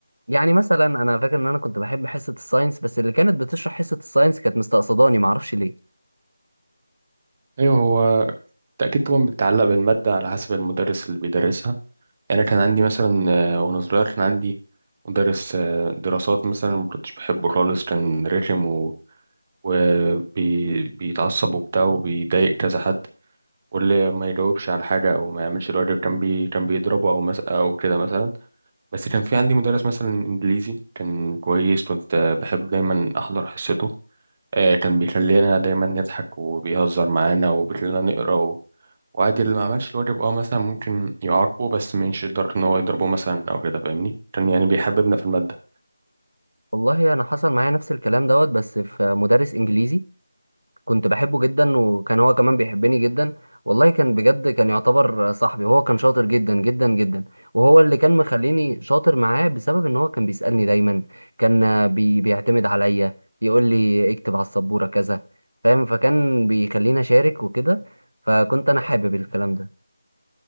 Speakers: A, on the right; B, on the right.
A: يعني مثلا انا فاكر ان انا كنت بحب حصه الساينس بس اللي كانت بتشرح حصه الساينس كانت مستقصداني ما اعرفش ليه
B: ايوه هو أكيد طبعا بتتعلق بالمادة على حسب المدرس اللي بيدرسها يعني أنا كان عندي مثلا آه، وأنا صغير كان عندي مدرس آه، دراسات مثلا ما كنتش بحبه خالص كان رخم و... وبيتعصب وبتاع وبيضايق كذا حد واللي ما يجاوبش على حاجة أو ما يعملش الواجب كان بي... كان بيضربه أو مس... أو كده مثلا بس كان في عندي مدرس مثلا إنجليزي كان كويس كنت آه، بحب دايما أحضر حصته آه، كان بيخلينا دايما نضحك وبيهزر معانا وبيخلينا نقرأ وعادي اللي ما عملش الواجب اه مثلا ممكن يعاقبه بس مش يقدر ان هو يضربه مثلا او كده فاهمني كان يعني بيحببنا في الماده
A: والله انا حصل معايا نفس الكلام دوت بس في مدرس انجليزي كنت بحبه جدا وكان هو كمان بيحبني جدا والله كان بجد كان يعتبر صاحبي وهو كان شاطر جدا جدا جدا وهو اللي كان مخليني شاطر معاه بسبب ان هو كان بيسألني دايما كان آه، بي بيعتمد عليا يقول لي اكتب على السبورة كذا فاهم فكان بيخليني اشارك وكده فكنت انا حابب الكلام ده